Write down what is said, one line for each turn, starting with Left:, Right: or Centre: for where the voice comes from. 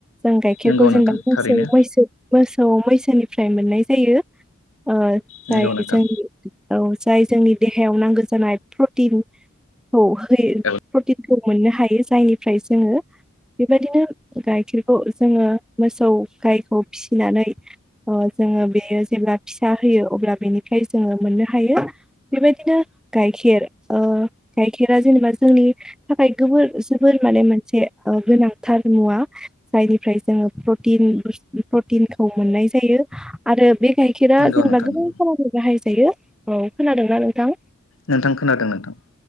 Centre: जों गाइखेरखौ
Left: नोंगौ
Centre: जेनबा
Left: नोंथां
Centre: मोसौ
Left: थारैनो
Centre: मोसौ मैसोनिफ्राय मोननाय जायो। ओ
Left: नोंगौ
Centre: जायो
Left: नोंथां
Centre: जोंनि औ जाय जोंनि देहायाव नांगौ जानाय प्रटिन खौ होयो
Left: औ
Centre: प्रतिन खौ मोननो हायो। जायनिफ्राय जोङो बेबायदिनो गाइखेरखौ जोङो मोसौ गायखौ फिसिनानै ओ जोङो बेयो जेब्ला फिसा होयो अब्ला बेनिफ्राय जोङो मोननो हायो। बेबायदिनो गाइखेर ओ गाइखेरा जेनेबा जोंनि थाखाय गोबोर जोबोर माने मोनसे ओ गोनांथार मुवा जायनिफ्राय जोङो प्रटिन <unintelligible> प्रटिनखौ मोननाय जायो। आरो बे गाइखेरा
Left: नोंगौ
Centre: जेनेबा
Left: नोंथां
Centre: गोबां
Left: नंगौ
Centre: खामानियाव बाहाय जायो औ खोनादोंना नोंथां
Left: नोंथां खोनादों नोंथां